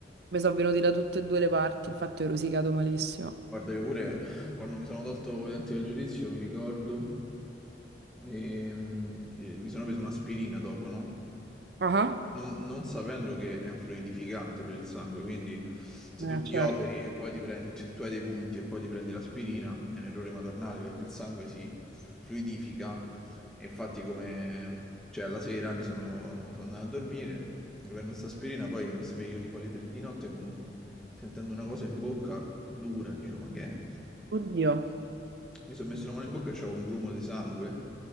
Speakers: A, on the right; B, in the centre.
A: Mi sono venuti da tutte e due le parti, infatti ho rosicato malissimo.
B: Guarda, io pure quando mi sono tolto i denti del giudizio, mi ricordo, ehm, e mi sono preso un'aspirina dopo, no?
A: Ah,
B: non, non sapendo che è un fluidificante per il sangue, quindi se
A: ah.
B: tu
A: Eh,
B: ti
A: certo.
B: Mm. operi e poi ti prendi, se tu hai dei punti e poi ti prendi l'aspirina, è un errore madornale perché il sangue si fluidifica e infatti come, cioè alla sera mi sono, sono andato a dormire, mi prendo questa aspirina, poi mi sveglio tipo alle 3 di notte con un, sentendo una cosa in bocca dura, dicevo ma che è?
A: Oddio.
B: Mi sono messo la mano in bocca e c'avevo un grumo di sangue